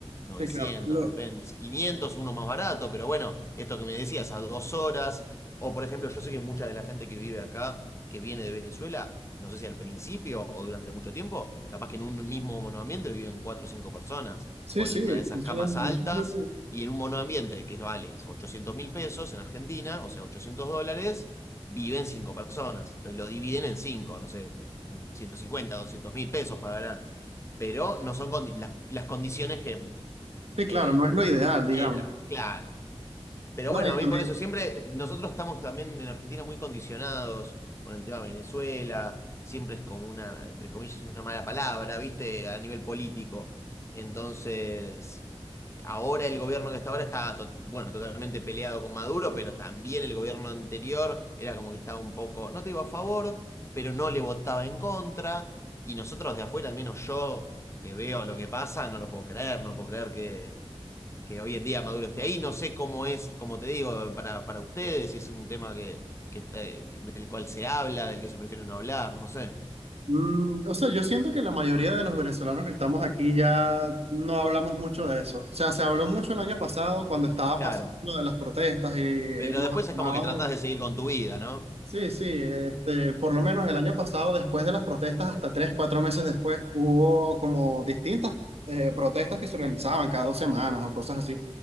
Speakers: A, on the left (about 25°); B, on the right (about 75°).
A: 900
B: sí, claro. Lo-
A: depende, 500 uno más barato, pero bueno, esto que me decías, a dos horas, o por ejemplo, yo sé que mucha de la gente que vive acá, que viene de Venezuela, no sé si al principio o durante mucho tiempo, capaz que en un mismo monoambiente viven cuatro o cinco personas
B: sí,
A: ponen
B: sí,
A: una de esas
B: eso
A: camas
B: es, eso
A: altas
B: es muy...
A: y en un monoambiente que vale 800 mil pesos en Argentina, o sea, 800 dólares, viven cinco personas. Entonces lo dividen en cinco, no sé, 150, 200 mil pesos pagarán. Pero no son condi- las, las condiciones que,
B: Sí, claro,
A: eh,
B: no
A: que
B: es
A: uno
B: lo ideal, digamos.
A: quiera, claro. Pero
B: No,
A: bueno,
B: y
A: a
B: también,
A: mí por eso siempre, nosotros estamos también en Argentina muy condicionados con el tema de Venezuela, siempre es como una, entre comillas, una mala palabra, ¿viste? A nivel político. Entonces, ahora el gobierno que está ahora está, to- bueno, totalmente peleado con Maduro, pero también el gobierno anterior era como que estaba un poco, no te iba a favor, pero no le votaba en contra. Y nosotros de afuera, al menos yo que veo lo que pasa, no lo puedo creer, no puedo creer que hoy en día Maduro esté ahí. No sé cómo es, como te digo, para, para ustedes, si es un tema que, que está, del cual se habla, del que se prefiere no hablar, no sé.
B: mm, o sea, yo siento que la mayoría de los venezolanos que estamos aquí ya no hablamos mucho de eso. O sea, se habló mucho el año pasado cuando estaba
A: Claro.
B: pasando lo de las protestas y
A: Pero
B: nos
A: después
B: acababa
A: es como que tratás
B: de,
A: de seguir con tu vida, ¿no?
B: Sí, sí, este, por lo menos el año pasado, después de las protestas, hasta tres, cuatro meses después, hubo como distintas eh, protestas que se organizaban cada dos semanas o cosas así.